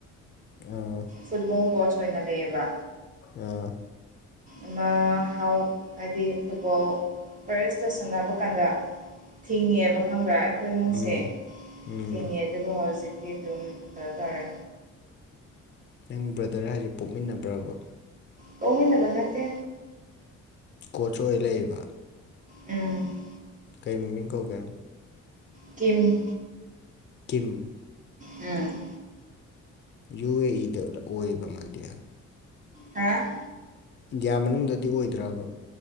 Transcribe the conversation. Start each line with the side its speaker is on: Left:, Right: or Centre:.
Left: ꯑꯣ꯫
Right: ꯐꯨꯠꯕꯣꯜ ꯀꯣꯆ ꯑꯣꯏꯅ ꯂꯩꯌꯦꯕ꯫
Left: ꯑꯥ꯫
Right: ꯑꯃ ꯍꯥꯎ ꯍꯥꯏꯗꯤ ꯐꯨꯠꯕꯣꯜ ꯐꯥꯔꯦꯁꯇ ꯁꯥꯟꯅꯕ ꯀꯥꯟꯗ ꯊꯤꯡꯉꯦꯕ ꯈꯪꯕ꯭ꯔꯥ ꯑꯩꯈꯣꯏ ꯏꯃꯨꯡꯁꯦ
Left: ꯎꯝ ꯎꯝ
Right: ꯊꯤꯡꯉꯦ꯫ ꯗꫭꯀꫭ ꯍꯥꯎꯖꯤꯛꯇꯤ ꯑꯗꯨꯝ ꯀꯩꯅꯣ ꯇꯥꯔꯦ꯫
Left: ꯅꯪ ꯕ꯭ꯔꯗꯔ ꯍꯥꯏꯁꯦ ꯄꯣꯛꯃꯤꯟꯅꯕ꯭ꯔꯥꯕ꯫
Right: ꯄꯣꯛꯃꯤꯟꯅꯕ ꯅꯠꯇꯦ꯫
Left: ꯀꯣꯆ ꯑꯣꯏ ꯂꯩꯌꯦꯕ꯫
Right: ꯎꯝ꯫
Left: ꯀꯩ ꯃꯃꯤꯡ ꯀꯧꯒꯦ꯫
Right: ꯀꯤꯝ꯫
Left: ꯀꯤꯝ꯫
Right: ꯎꯝ꯫
Left: ꯌꯨ ꯑꯦ ꯏ ꯗ ꯑꯣꯏꯕ ꯃꯗꯤ꯫
Right: ꯍꯥ꯫
Left: ꯏꯟꯗꯤꯌꯥ ꯃꯅꯨꯡꯗꯗꯤ ꯑꯣꯏꯗ꯭ꯔꯥꯕ꯫